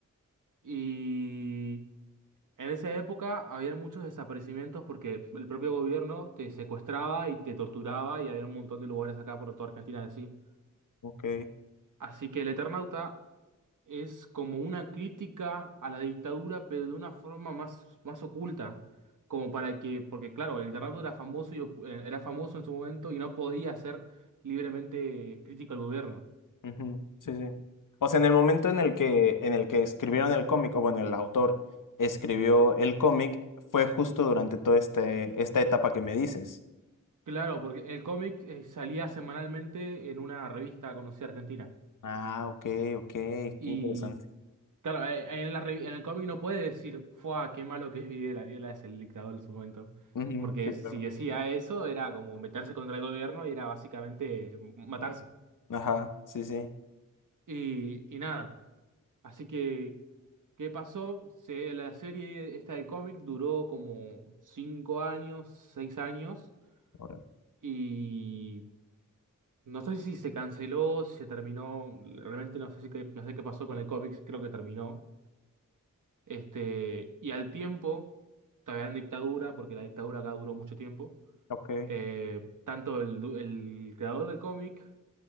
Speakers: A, on the right; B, on the left.
A: Y En esa época había muchos desaparecimientos porque el propio gobierno te secuestraba y te torturaba y había un montón de lugares acá por toda Argentina así.
B: ok.
A: Así que el Eternauta es como una crítica a la dictadura, pero de una forma más, más oculta. Como para que, porque claro, el Eternauta era famoso y ocu- eh, era famoso en su momento y no podía ser libremente crítico al gobierno.
B: Ujú, Sí, sí. O sea, en el momento en el que, en el que escribieron el cómic, o bueno, el autor escribió el cómic, fue justo durante toda este, esta etapa que me dices.
A: Claro, porque el cómic eh, salía semanalmente en una revista conocida argentina.
B: Ah, ok, ok, qué
A: y
B: interesante.
A: Claro, eh, en la revi- en el cómic no puede decir, ¡fua! Qué malo que es Videla. Videla es el dictador en su momento.
B: Ujú,
A: Porque
B: Sí,
A: si
B: claro.
A: decía eso, era como meterse contra el gobierno y era básicamente matarse.
B: Ajá, sí, sí.
A: Y, y nada. Así que, ¿qué pasó? Se- la serie esta del cómic duró como 5 años, 6 años.
B: Ahora,
A: Y no sé si se canceló, si se terminó. Realmente no sé, si qué- no sé qué pasó con el cómic. Creo que terminó. Este, y al tiempo, todavía en dictadura, porque la dictadura acá duró mucho tiempo,
B: Ok.
A: eh, tanto el, du- el creador del cómic